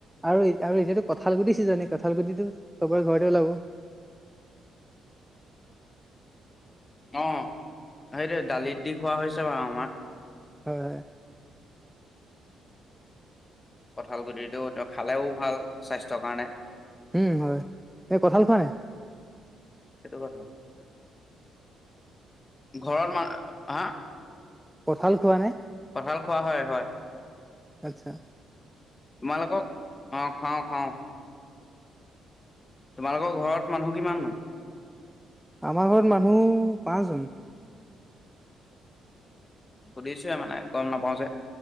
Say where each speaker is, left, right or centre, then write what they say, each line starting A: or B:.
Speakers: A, in the centre; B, on the left.
A: আৰু আৰু এতিয়াতো কঁঠাল কুটি ছিজন, কঁঠাল গুটিটো চবৰে ঘৰতে ওলাব।
B: অ' সেইটোৱে, দালিত দি খোৱা হৈছে বাৰু আমাৰ।
A: হয় হয়।
B: কঁঠাল গুটিটোতো খালেও ভাল স্বাস্থ্যৰ কাৰণে।
A: উম, হয়। তই কঁঠাল খোৱা নাই?
B: সেইটো কথা। ঘৰত মা, হা?
A: কঁঠাল খোৱানে?
B: কঠাল খোৱা হয় হয়।
A: আচ্ছা।
B: তোমালোকক অ খাওঁ খাওঁ। তোমালোকৰ ঘৰত মানুহ কিমাননো?
A: আমাৰ ঘৰত মানুহ পাঁচ জন।
B: সুধিছোৱে মানে গ' নাপাওঁ যে।